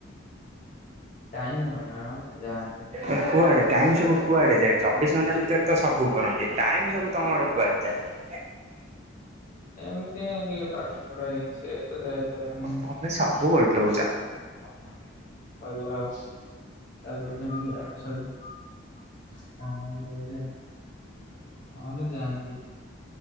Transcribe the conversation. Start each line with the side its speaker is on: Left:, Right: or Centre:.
Left: ନାଇ
Right: ଏ କୁଆଡେ? ଟାଇମ ସବୁ କୁଆଡେ ଯାଏ ଚବିଶ ଘଣ୍ଟା ଭିତରେ ତ ସବୁ କରନ୍ତି ଟାଇମ ସବୁ ତମର କୁଆଡେ ଯାଏ?
Left: ଏମିତି ଟିକେ ପାଠ ପଢା ହେଇଛି ତ ଯାଇପାରେନି।
Right: ତମେ ସବୁ ଓଲଟଉଛ।
Left: <unintelligible> ତାପରେ କଣ ଆଡୁ ସିଆଡୁ କାମ ବି ରହିଯାଏ ନ ହେଲେ ଯାଆନ୍ତି।